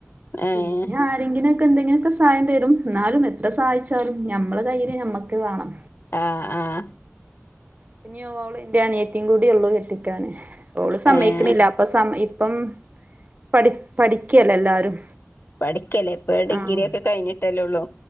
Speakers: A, on the left (about 45°); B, on the right (about 35°).
A: ഏഹ്
B: പിന്നെ ആരെങ്കിലും ക്കെ എന്തെങ്കിലൊക്കെ സഹായം തരും എന്നാലും എത്ര സഹായിച്ചാലും നമ്മള കയ്യിലെ നമ്മക്ക് വേണം
A: ആഹ് ആഹ്
B: പിന്നെ ഓൾ എന്റെ അനിയത്തിയും കൂടി ഉള്ളൂ കെട്ടിക്കാന് ഓള് സമ്മയ്ക്ക്ണില്ല
A: ഏഹ്
B: അപ്പൊ സമ്മയി ഇ ഇപ്പം പഠി പഠിക്കല്ലെ എല്ലാരും
A: പഠിക്കല്ലേ ഇപ്പൊ ഡിഗ്രി
B: ആഹ്
A: യൊക്കെ കഴിഞ്ഞിട്ടല്ലേള്ളൂ